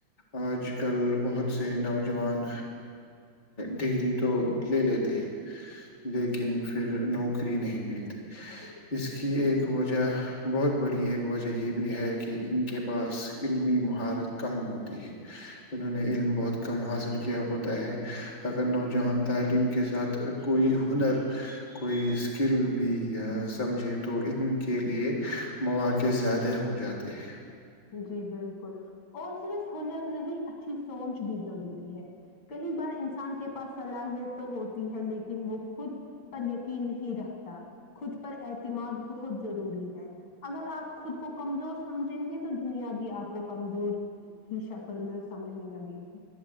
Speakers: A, on the left; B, on the left.
A: آج کل بہت سے نوجوان ڈگری تو لے لیتے ہیں لیکن پھر نوکری نہیں ملتی اس کی ایک وجہ بہت بڑی ایک وجہ یہ بھی ہے کہ ان کے پاس علمی مہارت کم ہوتی ہے انہوں نے علم بہت کم حاصل کیا ہوتا ہے اگر نوجوان تعلیم کے ساتھ کوئی ہنر کوئی اسکل بھی سمجھے تو ان کے لیے مواقع زیادہ ہو جاتے ہیں
B: جی بالکل اور صرف ہنر نہیں اچھی سوچ بھی ضروری ہے کئی بار انسان کے پاس صلاحیت تو ہوتی ہے لیکن وہ خود پر یقین نہیں رکھتا خود پر اعتماد بہت ضروری ہے اگر آپ خود کو کمزور سمجھیں گے تو تو دنیا بھی آپ کو کمزور کی شکل میں سمجھنے لگے گی